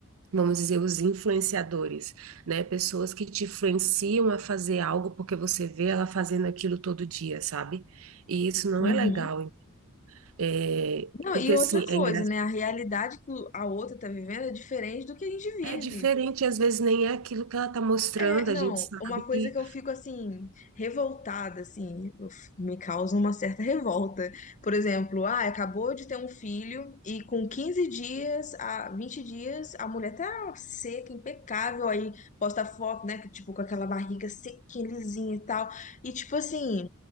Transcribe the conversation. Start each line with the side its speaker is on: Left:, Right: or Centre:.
Right: vamos dizer, os influenciadores, né? Pessoas que te influenciam a fazer algo porque você vê ela fazendo aquilo todo dia, sabe? E isso não
Left: Uhum.
Right: é legal. hein? É,
Left: Não,
Right: porque,
Left: e outra
Right: assim,
Left: coisa,
Right: é engraçado.
Left: né? A realidade que a outra tá vivendo é diferente do que a gente vive.
Right: É diferente, às vezes nem é aquilo que ela tá mostrando,
Left: É,
Right: a
Left: não,
Right: gente sabe
Left: uma coisa
Right: que.
Left: que eu fico assim, revoltada, assim, eu f- me causa uma certa revolta. Por exemplo, ah, acabou de ter um filho e com 15 dias, a 20 dias, a mulher tá seca, impecável, aí posta foto, né, que, tipo, com aquela barriga sequinha, lisinha e tal. E tipo assim,